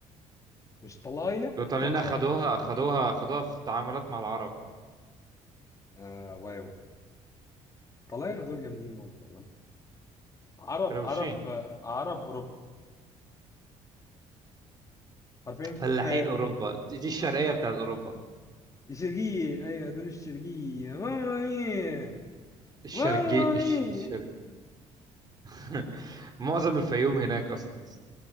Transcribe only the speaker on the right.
الايطاليين
اخدوها اخدوها اخدوها في التعاملات مع العرب
روشين
فلاحين
اوروبا دي, دي الشرقيه بتاعت اوروبا
الشرقي
الش... الشرق <laughs> معظم الفيوم هناك اصلا لسه.